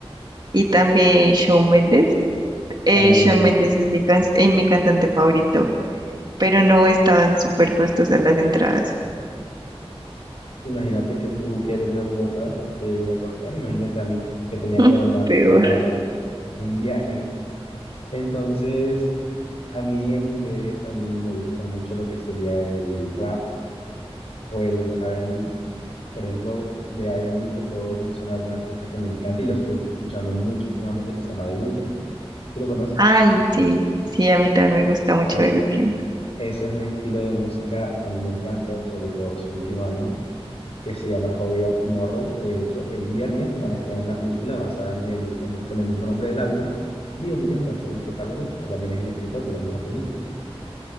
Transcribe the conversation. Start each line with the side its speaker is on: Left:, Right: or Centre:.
Right: Y también Shawn Mendes. Eh,
Left: también
Right: Shawn
Left: lo conozco.
Right: Mendes es mi, can- eh, mi cantante favorito, pero no estaban súper costosas las entradas.
Left: Imagínate que tú que eres de Bogotá te iba a costar, imagínate a mí que tenía
Right: <laughs>
Left: que además
Right: Peor.
Left: pagar un viaje. Entonces, a mí en inglés, a mí me gusta mucho lo que sería el rap o el R and B Por ejemplo, de R and B te puedo mencionar un artista que me encanta y lo estoy escuchando mucho últimamente que se llama The Weeknd. ¿Tú lo conoces?
Right: Ay, sí, sí, a mí también me gusta mucho
Left: Bueno,
Right: The Weeknd.
Left: Ese es un estilo de música que a mí me encanta, sobre todo su último álbum, que se llama Hurry Up Tomorrow. De hecho, el viernes van a estrenar una película basada en el, en el- con el mismo nombre del álbum y The Weeknd va a ser el protagonista, también es el escritor de la misma película.